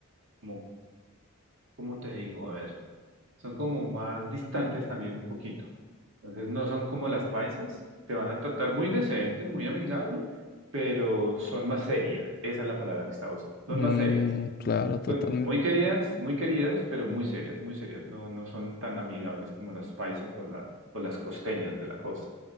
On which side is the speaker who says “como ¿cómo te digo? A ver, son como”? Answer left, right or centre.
Right